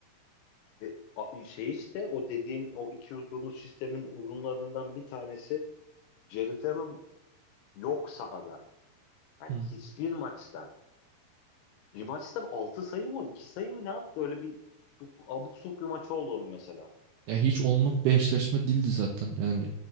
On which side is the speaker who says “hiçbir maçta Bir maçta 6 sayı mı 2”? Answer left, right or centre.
Left